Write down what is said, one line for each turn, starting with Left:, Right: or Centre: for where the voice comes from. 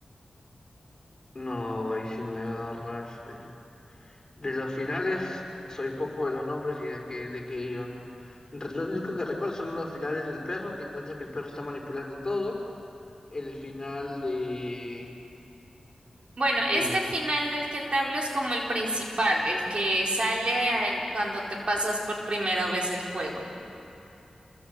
Left: no, y si me agarraste. De los finales, soy poco de los nombres y de qué, de qué iban. Re- Lo único que recuerdo son los finales del perro, que encuentra que el perro está manipulando todo. El final de,
Right: Bueno,
Left: de,
Right: este final del que te hablo es como el principal, el que sale al- cuando te pasas por primera vez el juego.